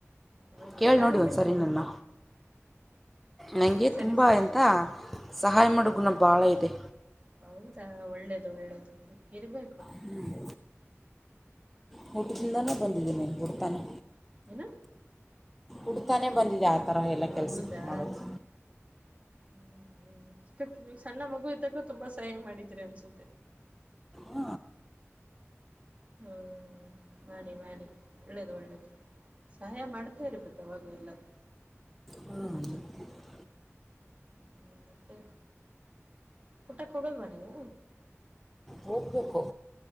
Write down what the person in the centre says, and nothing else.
ಕೇಳ್
ನೋಡು ಒಂದ್ಸರಿ
ನ್ನನ್ನ. ನನಗೆ
ತುಂಬ
ಎಂತ ಸಹಾಯ ಮಾಡೋ ಗುಣ ಭಾಳ ಇದೆ.
ಹ್ಞ ಹ ಊಟದಿಂದಾನೇ ಬಂದಿದ್ದೀನಿ ಗೊತ್ತಾನೆ.
ಉಡ್ತಾನೆ ಬಂದಿದೆ ಆ ಥರ ಎಲ್ಲ
ಕೆಲಸ ಮಾಡೋದು.
ಹ
<unintelligible>
ಹೋಗಬೇಕು.